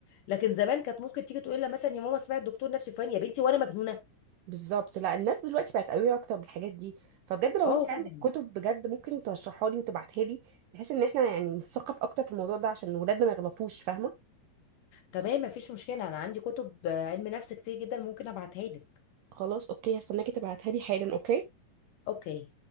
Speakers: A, on the left (about 75°); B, on the right (about 80°).
A: لكن زمان كانت ممكن تيجي تقول لها مثلا يا ماما سمعت دكتور نفسي فلان يا بنتي وانا مجنونه
B: بالظبط لا الناس دلوقتي بقت قوية اكتر بالحاجات دي فبجد لو
A: اه
B: انت عندك
A: طبعا
B: كتب بجد ممكن ترشحها لي وتبعتها لي بحيث ان احنا يعني نتثقف اكتر في الموضوع ده عشان ولادنا ما يغلطوش فاهمة
A: تمام مفيش مشكله انا عندي كتب آه، علم نفس كتير جدا ممكن ابعتها لك
B: خلاص اوكي هستناكي تبعتها لي حالا اوكي
A: اوكي